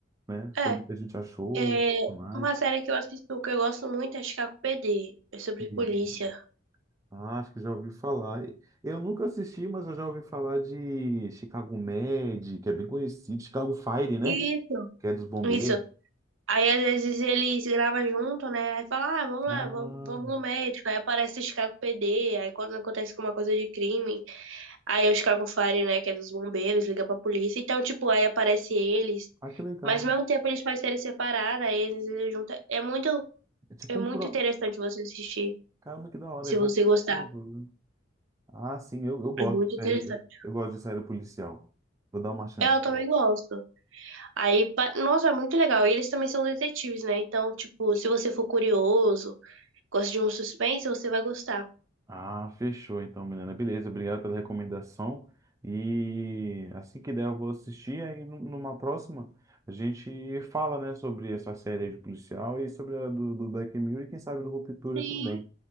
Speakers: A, on the right; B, on the right.
A: né? Sobre
B: É,
A: o que a gente achou,
B: é
A: tudo mais.
B: uma série que eu assisto que eu gosto muito é Chicago PD. É sobre
A: Sim,
B: polícia.
A: sim. Ah, acho que já ouvi falar. Eu nunca assisti, mas eu já ouvi falar de Chicago Med, que é bem conhecido, Chicago Fire, né?
B: Isso.
A: Que é dos bombeiros.
B: Isso. Aí às vezes eles gravam junto, né? Aí fala, ah, vamos
A: Ah,
B: lá, vamos, vamos no médico. Aí aparece Chicago PD. Aí quando acontece alguma coisa de crime, Aí o Chicago Fire, né, que é dos bombeiros, liga pra polícia. Então, tipo, aí aparece eles.
A: ah, que legal.
B: Mas ao mesmo tempo eles fazem série separada, aí eles eles juntam. É muito,
A: É tipo
B: é muito
A: um cura...
B: interessante você assistir,
A: Caramba, que da hora,
B: se
A: esse
B: você
A: faz tipo
B: gostar.
A: um crossover. Ah, sim, eu, eu gosto
B: É muito
A: de série,
B: interessante.
A: eu gosto de série policial. Vou dar uma chance.
B: Eu também gosto. Aí, pa- nossa, é muito legal. E eles também são detetives, né? Então, tipo, se você for curioso, gosta de um suspense, você vai gostar.
A: Ah, fechou então, Milena. Beleza, obrigado pela recomendação. E assim que der, eu vou assistir. Aí nu- numa próxima, a gente fala, né, sobre essa série aí de policial e sobre a do, do Black Mirror e quem sabe do Ruptura
B: Sim,
A: também.